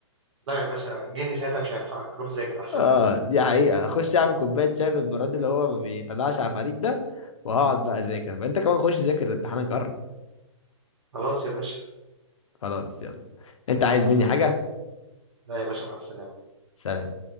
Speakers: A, on the right; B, on the left.
A: لا يا باشا الجن ساعتها مش هينفعك روح ذاكر احسن
B: اه
A: لك
B: دي حقيقه اخش اعمل كوبايه شاي بالبراد اللي هو ما بيطلعش عفاريت ده وهقعد بقى اذاكر بقى انت كمان خش ذاكر امتحانك قرب
A: خلاص يا باشا
B: خلاص يلا انت عايز
A: مع السلامة
B: مني حاجه
A: لا يا باشا مع السلامة
B: سلام